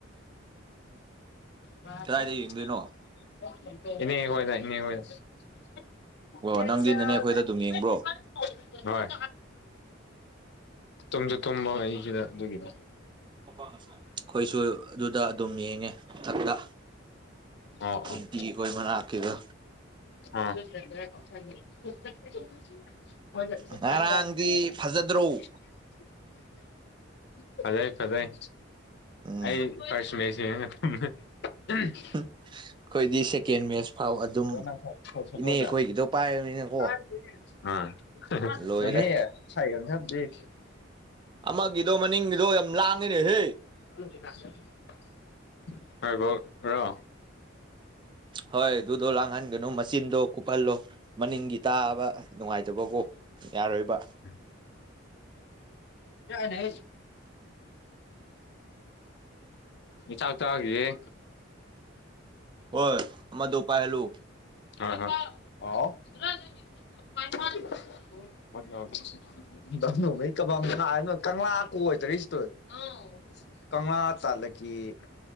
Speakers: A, on the left; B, on the right.
A: <unintelligible>
B: ꯀꯗꯥꯏꯗ ꯌꯦꯡꯗꯣꯏꯅꯣ
A: ꯏꯅꯦ ꯍꯣꯏꯗ ꯏꯅꯦ ꯍꯣꯏꯗ <unintelligible>
B: ꯑꯣ ꯅꯪꯗꯤ ꯅꯅꯦ ꯑꯩꯈꯣꯏꯗ ꯑꯗꯨꯝ ꯌꯦꯡꯕ꯭ꯔꯣ
A: ꯍꯣꯏ ꯇꯨꯝꯁꯨ ꯇꯨꯝꯕ ꯑꯩꯁꯤꯗ ꯑꯗꯨꯒꯤꯅꯤ
B: ꯑꯩꯈꯣꯏꯁꯨ ꯑꯗꯨꯗ ꯑꯗꯨꯝ ꯌꯦꯡꯉꯦ ꯃꯊꯛꯇ
A: ꯑꯣ
B: ꯇꯦꯡꯀꯤꯈꯣꯏ
A: ꯑꯣ
B: ꯃꯅꯥꯛꯀꯤꯗꯣ
A: ꯑꯥ <unintelligible> <unintelligible>
B: ꯉꯔꯥꯡꯗꯤ ꯐꯖꯗ꯭ꯔꯣ
A: ꯐꯖꯩ ꯐꯖꯩ
B: ꯎꯝ
A: ꯑꯩ ꯐꯥꯔꯁ ꯁꯦꯃꯤꯁ <unintelligible>
B: ꯑꯩꯈꯣꯏꯗꯤ ꯁꯦꯀꯦꯟ ꯃꯦꯠꯆ ꯐꯥꯎ ꯑꯗꯨꯝ
A: ꯁꯄꯣꯔꯠꯂ
B: ꯏꯅꯦ ꯈꯣꯏꯒꯤꯗꯣ ꯄꯥꯏꯔꯕꯅꯤꯅꯀꯣ
A: ꯑꯥ
B: ꯂꯣꯏꯔꯦ
A: <unintelligible>
B: ꯑꯃꯒꯤꯗꯣ ꯃꯅꯤꯡꯒꯤꯗꯣ ꯌꯥꯝ ꯂꯥꯡꯉꯦꯅꯦꯍꯦ
A: <unintelligible>
B: ꯍꯣꯏ ꯑꯗꯨꯗꯣ ꯂꯥꯡꯍꯟꯒꯅꯣ ꯃꯆꯤꯟꯗꯣ ꯀꯨꯞꯐꯜꯂꯣ ꯃꯅꯤꯡꯒꯤ ꯇꯥꯕ ꯅꯨꯡꯉꯥꯏꯇꯕꯀꯣ ꯌꯥꯔꯣꯏꯕ
A: ꯎꯝ <unintelligible> <unintelligible> ꯑꯩ ꯆꯥꯛ ꯆꯥꯈꯤꯒꯦꯍꯦ
B: ꯍꯣꯏ ꯑꯃꯗꯣ ꯄꯥꯥꯏꯍꯜꯂꯨ
A: ꯥꯍꯣꯏ ꯍꯣꯏ ꯍꯥꯎ <unintelligible> <unintelligible> <unintelligible> <unintelligible>